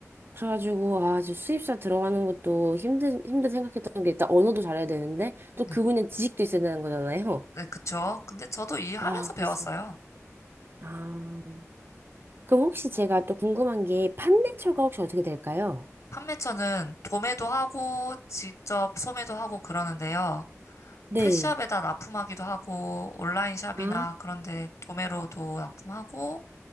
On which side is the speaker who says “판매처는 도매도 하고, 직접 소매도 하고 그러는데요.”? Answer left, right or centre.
Left